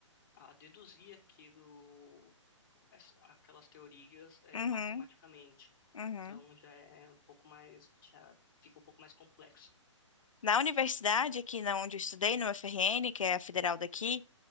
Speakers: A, on the left; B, on the left.
A: a deduzir aquilo, essa- aquelas teorias eh,
B: uhum,
A: matematicamente.
B: uhum.
A: Então, já é um pouco mais, já fica um pouco mais complexo.
B: Na universidade, aqui na onde eu estudei, no FRN, que é a federal daqui,